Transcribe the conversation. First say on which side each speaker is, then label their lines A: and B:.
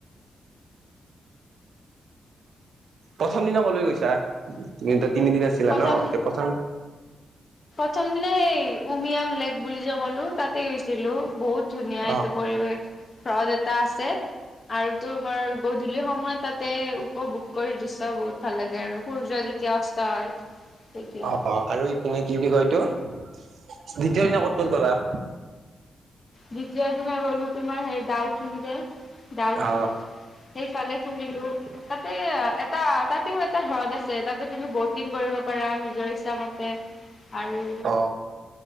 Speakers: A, on the right; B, on the left.
A: প্ৰথম দিনা ক'লৈ গৈছা তুমি তিনিদিন আছিলা
B: প্ৰথম
A: ন তে প্ৰথম
B: প্ৰথম দিনা সেই উমিয়াম লেক বুলি যে ক'লো তাতে গৈছিলো বহুত ধুনীয়া
A: অ
B: ইটো পৰিৱেশ হ্ৰদ এটা আছে আৰু তোমাৰ গধূলি সময়ত তাতে উপভোগ কৰি দৃশ্য বহুত ভাল লাগে আৰু সূৰ্য যেতিয়া অস্ত হয় তেতিয়া
A: অ আৰু ইপিনে কি বুলি কয় এইটো । <unintelligible> দ্বিতীয় দিনা কত গলা
B: দ্বিতীয় দিনা গ'লো তোমাৰ সেই দাউকি যে দাউকি
A: অ
B: সেই সেইফালে ফুৰিলো । তাতে এটা তাত তেতেও এটা হ্ৰদ আছে তাতে তুমি ব'টিং কৰিব পাৰা নিজৰ ইচ্ছা মতে আৰু
A: অ